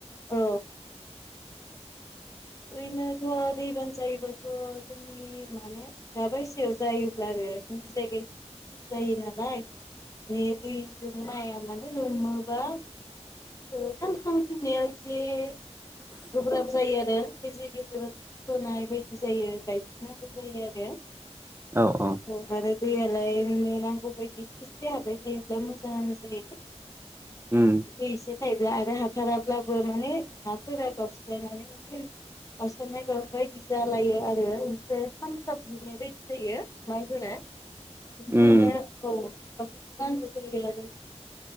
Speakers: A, on the left; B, on the right.
A: औ ओरैनोथ' दैबाना जायोबाथ' जों नि माने दा बायसायाव जायोब्ला आरो जोंनि जायगायाव खस्थ' जायो नालाय माने दैजों माइआ माने लोमोबा थांखांफिननायाव एसे गोब्राब जायो आरो गेजेर गेजेराव थ लुनाय बायदि जायो । गायफिननांगौ जायो आरो ।
B: औ औ
A: औ आरो दैयालाय <unintelligible> नांगौ बायदि एसे एसे हाबाय थायोब्ला मोजाङानो जायो।
B: उम
A: दै एसे थायोब्ला आरो हाथाराब्लाबो माने हाफोरा गावस्रानानै माने <unintelligible> बायदि जालायो आरो <unintelligible> बायदि जायो माइफोरा बिनिखायनो
B: उम
A: औ <unintelligible> नांगौ जायो आरो